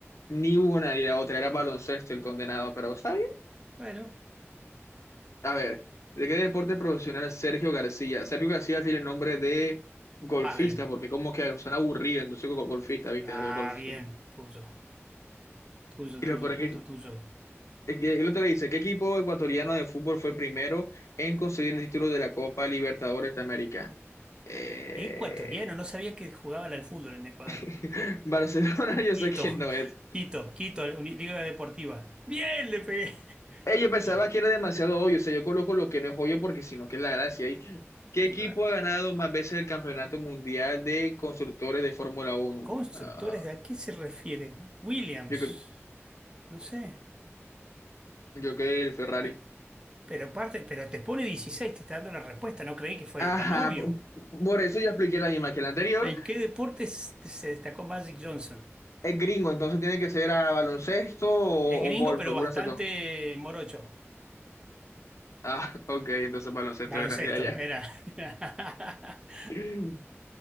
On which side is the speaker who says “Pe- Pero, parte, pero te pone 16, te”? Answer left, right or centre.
Right